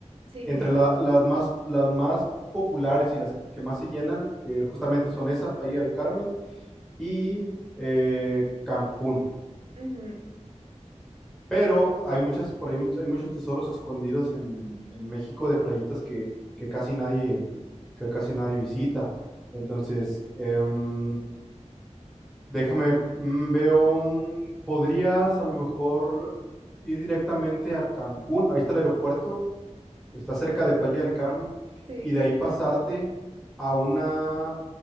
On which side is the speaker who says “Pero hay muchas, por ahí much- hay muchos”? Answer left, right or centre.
Centre